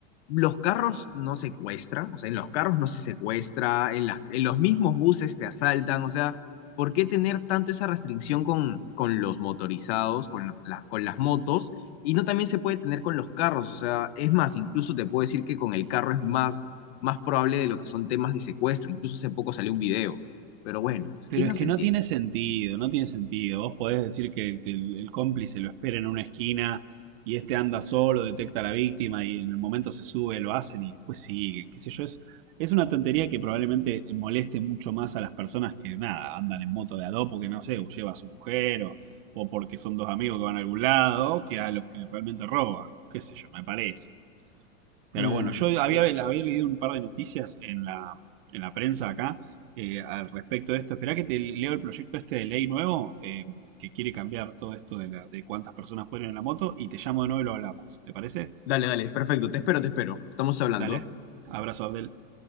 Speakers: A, on the left (about 55°); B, on the right (about 45°).
A: los carros no secuestran, o sea, en los carros no se secuestra, en las, en los mismos buses te asaltan, o sea, ¿por qué tener tanto esa restricción con, con los motorizados, con, los- la- con las motos? Y no también se puede tener con los carros, o sea, es más, incluso te puedo decir que con el carro es más más probable de lo que son temas de secuestro. Incluso hace poco salió un video. Pero bueno, pues
B: Pero
A: ¿quién
B: es
A: nos
B: que
A: entiende?
B: no tiene sentido, no tiene sentido. Vos podés decir que el, el- el cómplice lo espera en una esquina y este anda solo, detecta a la víctima y en el momento se sube, lo hacen y después siguen, qué sé yo. Es, es una tontería que probablemente moleste mucho más a las personas que, nada, andan en moto de a dos porque, no sé, o lleva a su mujer o, o porque son dos amigos que van a algún lado, que a los que realmente roban, qué sé yo, me parece. Pero
A: Mm,
B: bueno, yo había,
A: bueno.
B: había leído un par de noticias en la, en la prensa acá eh, al respecto de esto. Esperá que te leo el proyecto este de ley nuevo eh, que quiere cambiar todo esto de, la, de cuántas personas pueden ir en la moto y te llamo de nuevo y lo hablamos. ¿Te parece?
A: Dale, dale, perfecto. Te espero, te espero. Estamos hablando.
B: Dale, abrazo Abdel.